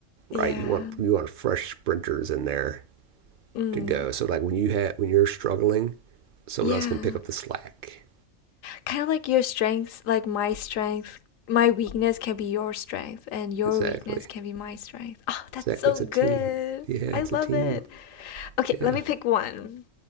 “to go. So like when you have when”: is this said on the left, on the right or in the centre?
Right